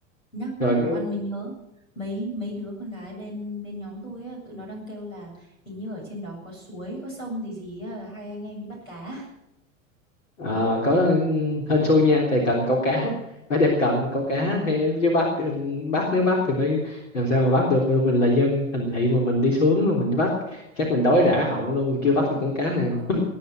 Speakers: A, on the left; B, on the left.
A: nhắc nhắc
B: rồi
A: đồ ăn mình nhớ mấy mấy đứa con gái bên bên nhóm tôi á, tụi nó đang kêu là hình như ở trên đó có suối có sông gì gì á, hai anh em đi bắt cá
B: à, có ừ, hên xui nha tại cần câu cá phải đem cần câu cá hay chứ bắt ừ, bắt nếu bắt thì phải làm sao mà bắt được Bởi mình là dân thành thị mà mình đi xuống rồi mình bắt chắc mình đói rã họng luôn chưa bắt được con cá nào
A: ờ